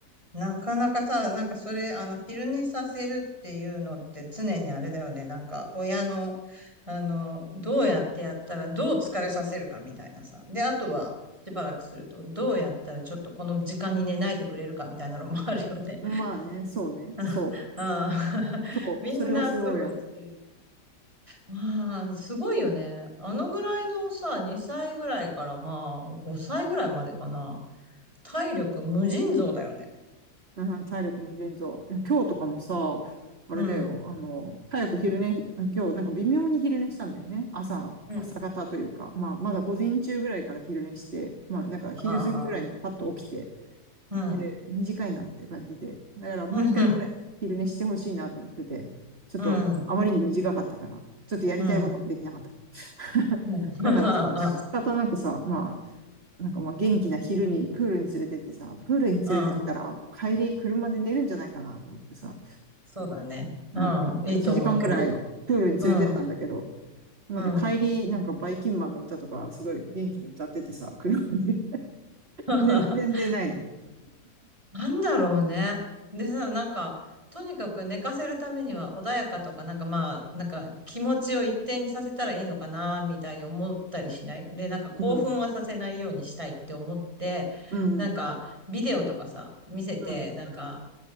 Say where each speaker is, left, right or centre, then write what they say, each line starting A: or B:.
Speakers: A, on the right; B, on the right.
A: なかなかさ、なんかそれ、あの、昼寝させるっていうのって常にあれだよね。なんか、親の、あの、どうやってやったら、どう疲れさせるかみたいなさ。で、あとは、しばらくすると、どうやったらちょっとこの時間に寝ないでくれるかみたいなのもあるよね。
B: まあね、そうね、
A: <laughs>
B: そう、
A: ああ、<laughs>
B: そう、
A: みんな苦労してるね。
B: それはすごいある。
A: まあ、すごいよね。あのぐらいのさ、2歳ぐらいからまあ、5歳ぐらいまでかな。体力無尽蔵だよね。
B: うん、体力も腎臓。いや今日とかもさ、あれだよ、
A: うん。
B: あの、早く昼寝し、あ今日なんか微妙に昼寝したんだよね。朝、
A: うん。
B: 朝方というか、まあ、まだ午前中ぐらいから昼寝して、まあ、なんか昼過ぎぐらいにパッと起きて、
A: ああ、うん。
B: で、短いなっていう感じで。だからもう一回ぐらい昼寝してほしいなと思ってて、
A: うん。
B: ちょっとあまりに短かったから、
A: うん。
B: ちょっとやりたいこともできなかった。
A: うん。うん。
B: <laughs>
A: ま
B: だからさ、
A: あ、
B: 仕方なくさ、まあ、なんかまあ元気な昼にプールに連れてってさ、プールに連れてったらもう帰り車で寝るんじゃないかなと思ってさ、
A: うん。そうだね。うん。
B: うん、
A: いいと思うけど。
B: 1時間ぐらいプールに連れてったんだけど、
A: うん。
B: なんか帰り、
A: うん。
B: なんかバイキンマンの歌とかすごい元気に歌っててさ、車で <laughs>
A: <laughs>
B: 全然寝ないの。
A: なんだろうね。でさ、なんか、とにかく寝かせるためには穏やかとか、なんかまあ、なんか気持ちを一定にさせたらいいのかな、みたいに思ったりしない。で、なんか興奮はさせないようにしたいって思って、
B: うん、うん、
A: なんかビデオとかさ、見せて、
B: うん。
A: なんか